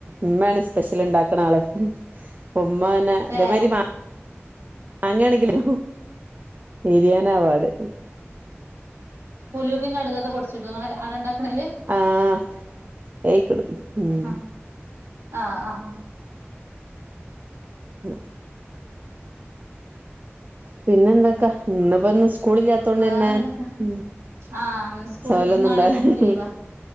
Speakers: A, on the right; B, on the right.
A: ഇമ്മേണ് സ്പെഷി ല് ഉണ്ടാക്കണ ആള്. ഉമ്മ അഹന്നെ ഇതേ
B: ഏഹ്
A: മാതിരി മ മാങ്ങാണെങ്കില് എരിയാന പാട്
B: ഉലുവിം കടുകൊക്കെ പൊടിച്ച് ച്ച്ടോ നിങ്ങള അവിടെണ്ടാക്ക്ണല്ല്?
A: ആഹ് ഏയ്ക്കിടും ഉം
B: ആഹ ആഹ് ആഹ്
A: പി പിന്നെ എന്താക്കാ ഇന്ന്പ്പോ ഒന്നും സ്കൂളില്ലാത്തോണ്ട്
B: വേറെന്തൊക്കെ
A: പിന്നെ ഉം
B: ആഹ് അന്ന് സ്കൂള്
A: സോലൊന്നും
B: ഇന്നും നാളിം
A: ഉണ്ടാവില്ല
B: ഒക്കെഞ്ഞ്പ്പോ ലീവാ.